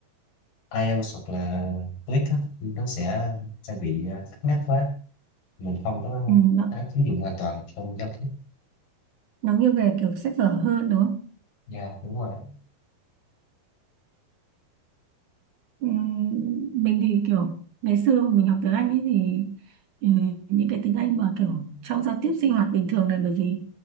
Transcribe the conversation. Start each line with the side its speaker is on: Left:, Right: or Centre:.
Left: IELTS hoặc là TOEIC á. nó sẽ sẽ bị à, cứng nhắc quá mình không có
Right: Ừ, nó,
Left: áp ứng dụng hoàn toàn trong giao tiếp
Right: nó nghiêng về kiểu sách vở hơn đúng không
Left: dạ đúng rồi
Right: Ừm, mình thì kiểu ngày xưa mình học tiếng Anh ấy thì ừ, những cái tiếng Anh mà kiểu trong giao tiếp sinh hoạt bình thường này bởi vì